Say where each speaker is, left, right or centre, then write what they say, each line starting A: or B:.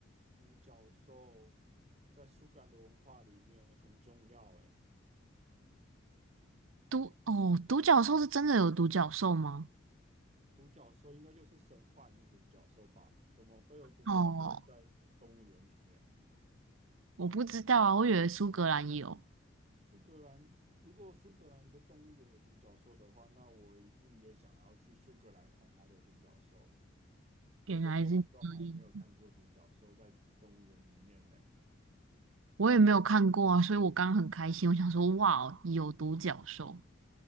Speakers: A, on the right; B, on the right.
A: 独角兽在苏格兰的文化里面很重要，诶。
B: 独哦，独角兽是真的有独角兽吗？
A: 独角兽应该就是神话里面独角兽吧？怎么会有独角兽在动物园里面？
B: 哦，我不知道啊，我以为苏格兰有，
A: 苏格兰，如果苏格兰的动物园有独角兽的话，那我一定也想要去苏格兰看它的独角兽。我这辈子都还没有看过独角兽在动物园里面呢。
B: 原来是这样。我也没有看过啊，所以我刚刚很开心，我想说，哇哦，有独角兽，